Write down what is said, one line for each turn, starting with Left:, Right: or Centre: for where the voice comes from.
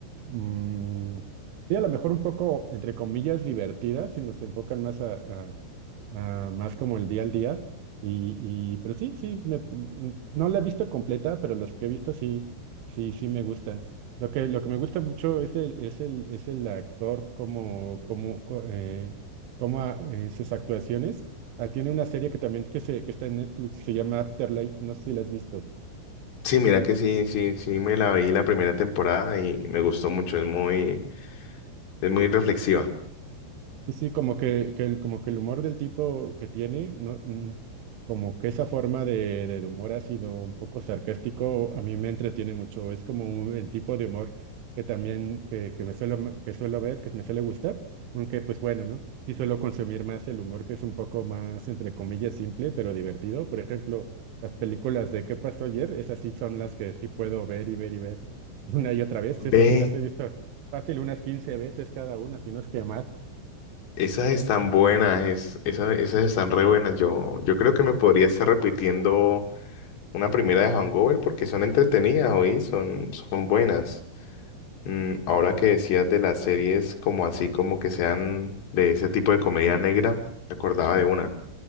Right: mm, sí, a lo mejor un poco, entre comillas, divertida, si nos enfocan más a, a- ah, más como el día al día. Y, y pero sí, sí, me- mm, no la he visto completa, pero los que he visto sí, sí, sí me gustan. Lo que, lo que me gusta mucho es el, es el, es el actor como, como, co- eh, como a- en sus actuaciones. Ah, tiene una serie que también que se, que está en Netflix, se llama Afterlife, no sé si la has visto.
Left: Sí, mira que sí, sí, sí, me la vi la primera temporada y me gustó mucho, es muy... Es muy reflexiva.
Right: Sí, sí, como que, que el, como que el humor del tipo que tiene, no, mm, como que esa forma de, del humor ácido, un poco sarcástico, a mí me entretiene mucho. Es como un- el tipo de humor que también, que, que me suelo, que suelo ver, que me suele gustar, aunque pues bueno, ¿no? Sí suelo consumir más el humor que es un poco más, entre comillas, simple, pero divertido. Por ejemplo, las películas de ¿Qué pasó ayer? Esas sí son las que sí puedo ver y ver y ver una y otra vez.
Left: Ve,
Right: Esas sí las he visto fácil unas 15 veces cada una, si no es que más.
Left: esas están buenas, es- esas, esas están re buenas. Yo, yo creo que me podría estar repitiendo una primera de Hangover porque son entretenidas, hoy son, son buenas. Mm, ahora que decías de las series como así, como que sean de ese tipo de comedia negra, me acordaba de una.